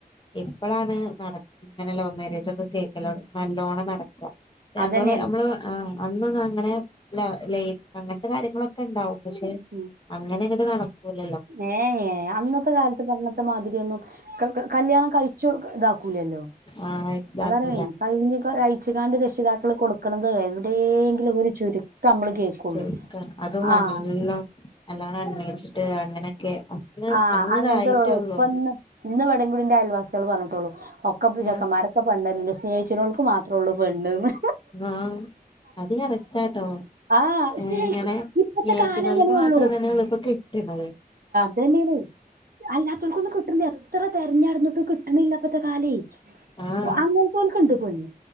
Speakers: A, on the left; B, on the right.
A: ഇപ്പളാണ് നട ഇങ്ങനെ ലവ് മാരേജൊക്കെ കേക്കലോ നല്ലോണം നടക്ക ഞമ്മള്
B: അതന്നെയാണ്
A: അമ്മള് ആ അന്നൊന്ന് അങ്ങനെ ല്ല അങ്ങനത്തെ കാര്യങ്ങളൊക്കെ ഇണ്ടാവും പക്ഷെ
B: ഉം
A: അങ്ങനെ ഇങ്ങട്ട് നടക്കൂല
B: ഏ ഏ അന്നത്തെ കാലത്ത് ഇന്നത്തെ മാതിരിയൊന്നും ക ക കല്യാണം കഴി ച്ചൊ ഇതാക്കൂലല്ലൊ
A: ആ ഇതാക്കൂല
B: അതാണ് കഴിഞ്ഞ കഴിച്ചുകാണ്ട് രക്ഷിതാക്കള് കൊടു ക്കലും എവിടെയെങ്കിലും ഒരു ചുരുക്കം നമ്മള് കേൾക്കുള്ളൂ
A: ചുരുക്ക അതും നല്ലോ
B: ആഹ
A: നല്ലോണം അന്യേഷിച്ചിട്ട് അങ്ങനെയൊക്കെ അന്ന്
B: ആഹ
A: അന്ന്
B: അങ്ങനത്തെ
A: ഇതായിട്ടേ ഉള്ളൂ
B: ഒപ്പ ഇന്ന് ഇന്ന്ട ന്റെ ആയൽവാസികൾ പറഞ്ഞിട്ടുള്ളു ഒക്കെപ്പ
A: ആ
B: ചക്കമാരൊക്കെപെണ്ണല്ല്യെ സ്നേഹിച്ണോൽക്ക് മാത്രോള്ളൂ പെണ്ണന്ന്
A: ആഹ അത് കറക്റ്റാട്ടോ
B: ആഹ്
A: ഏ
B: സ്നേഹിക്കും
A: ഇങ്ങനെ
B: ഇപ്പത്തെ
A: സ്നേഹിച്ചി
B: കാലം
A: നോൽക്ക്
B: അങ്ങനെയുള്ളൂ
A: മാത്രം ങ്ങ്ന്നെ കിട്ട്ണ
B: അത് തന്നെയാണ് അല്ലാത്തവർക്കൊന്നും കിട്ടണല്യ എത്ര തെരഞ്ഞടന്നുട്ട് കിട്ടണില്ലപ്പത്തെ കാലേ
A: ആഹ്
B: അങ്ങനത്തോൽക്ക്ണ്ട് പെണ്ണ്